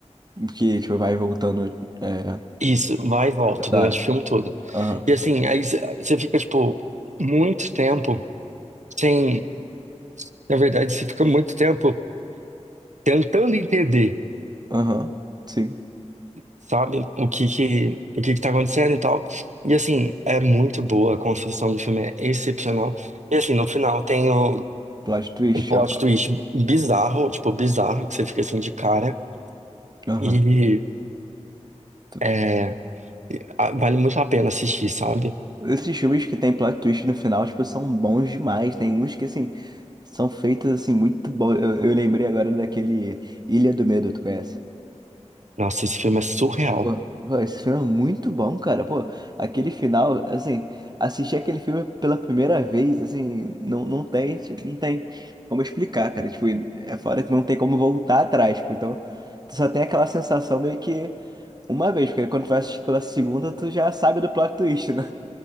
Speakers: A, on the right (about 35°); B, on the right (about 80°).
A: Que, tipo, vai voltando, é,
B: Isso, vai e volta
A: toda
B: durante
A: hora.
B: o filme todo.
A: Aham,
B: E assim, aí c- você fica, tipo, muito tempo sem. Na verdade, você fica muito tempo tentando entender,
A: aham, sim.
B: sabe, o que que, o que que tá acontecendo e tal. E assim, é muito boa, a construção do filme é excepcional. E assim, no final tem o,
A: Plot twist,
B: um plot
A: ó.
B: twist bizarro, tipo, bizarro, que você fica assim de cara.
A: Aham.
B: E
A: Tu-
B: é, a- vale muito a pena assistir, sabe?
A: Esses filmes que tem plot twist no final, tipo, são bons demais. Tem uns que, assim, são feitos, assim, muito bons. Eu, eu lembrei agora daquele Ilha do Medo, tu conhece?
B: Nossa, esse filme é surreal.
A: Pô, pô, esse filme é muito bom, cara. Pô, aquele final, assim, assistir aquele filme pela primeira vez, assim, não, não tem, não tem como explicar, cara. Tipo, é fora que não tem como voltar atrás, tipo, então tu só tem aquela sensação meio que uma vez, porque quando tu vai assistir pela segunda, tu já sabe do plot twist, né?